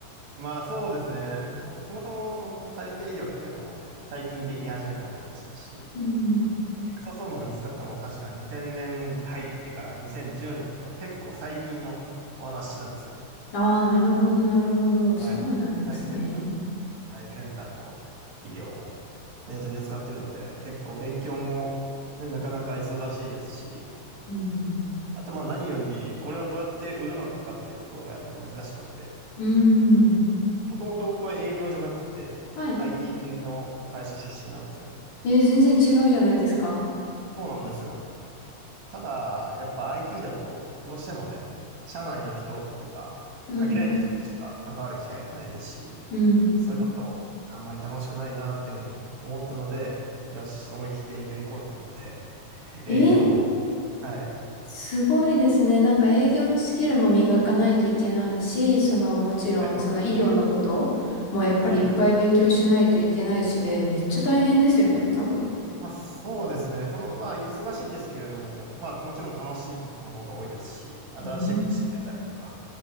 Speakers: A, on the right; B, on the left.
A: まあそうですね。もうそもそもその再生医療っていうのも最近でき始めたものですし、
B: うん。
A: エクソソームが見つかったのも確か2000年入ってから2010年とか結構最近のお話なんですよ。
B: ああ、なるほど、なるほど。そうなんですね。
A: はい。最先端。最先端の医療を、ね、取り扱ってるので、結構勉強も、ね、なかなか忙しいですし、
B: うん
A: あとまあ何より、これをどうやって売るのかっていうところがやっぱ難しくって、
B: うん。うーん。
A: もともと僕は営業じゃなくて、
B: はい。
A: IT 系の会社出身なんですよ。
B: えー、全然違うじゃないですか。
A: そうなんですよ。ただ、やっぱ IT だと、どうしてもね、社内の人とか、
B: うん。
A: 限られた人としか関わる機会がないですし、
B: うん。
A: それだとあんまり楽しくないなっていうふうに思ったので、よし、思い切って営業行こうって思って、<laughs> 営業を。
B: えー、
A: はい。
B: すごいですね。なんか営業のスキルも磨かないといけないし、その、もちろん、
A: はい。
B: その医療のこともやっぱりいっぱい勉強しないといけないしで、
A: はい。
B: めっちゃ大変ですよね、多分。
A: まあそうですね。たの、まあ忙しいですけれども、まあもちろん楽しいことの方が多いですし、新しいこと知れたりとか、
B: うん。